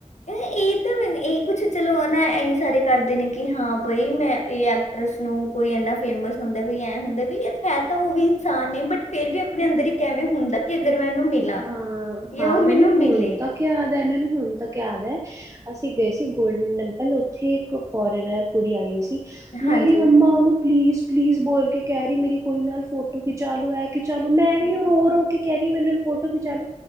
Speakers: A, on the left (about 70°); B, on the right (about 25°).
A: ਇਹ ਤਾਂ ਇਹ ਕੁਛ ਚਲੋ ਨਾ ਇਹੀ ਸਾਰੇ ਕਰਦੇ ਨੇ ਕਿ ਹਾਂ ਬਈ ਮ ਐਕਟਰਸ ਨੂੰ ਕੋਈ ਇਨਾ ਫੇਮਸ ਹੁੰਦਾ ਕੋਈ ਐ ਹੁੰਦਾ ਹੈ ਤਾਂ ਉਹ ਵੀ ਇਨਸਾਨ ਨੇ ਬ ਫਿਰ ਵੀ ਆਪਣੇ ਅੰਦਰ ਕਿਵੇਂ ਹੁੰਦਾ ਮੈਂ ਉਹਨੂੰ ਮਿਲਾਂ
B: ਹਾਂ
A: ਜਾਂ
B: ਹਾਂ
A: ਉਹ
B: ਮੈਨੂੰ ਹੁਣ
A: ਮਿਲੇ
B: ਤ ਯਾਦ ਹੈ ਮੈਨੂੰ ਹੁਣ ਤੱਕ ਯਾਦ ਹੈ ਅਸੀਂ ਗਏ ਸੀ ਗੋਲਡਨ ਟੈਂਪਲ ਉੱਥੇ ਇੱਕ ਫੋਰਨਰ ਕੁੜੀ ਆਈ ਹੋਈ ਸੀ ਮੇਰੀ
A: ਹਾਂਜੀ
B: ਮੰਮਾ ਉਹਨੂੰ ਪਲੀਜ਼ ਪਲੀਜ਼ ਬੋਲ ਕੇ ਕਹਿ ਰਹੀ ਮੇਰੀ ਕੁੜੀ ਨਾਲ ਫੋਟੋ ਤੇ ਚਲੋ ਐ ਕੇ ਚਲੋ ਮੈਂ ਵੀ ਉਹ ਰੋ ਰੋ ਕੇ ਕਹਿ ਰਹੀ ਹਾਂ ਮੈਨੂੰ ਫੋਟੋ ਖਿਚਾ ਲੋ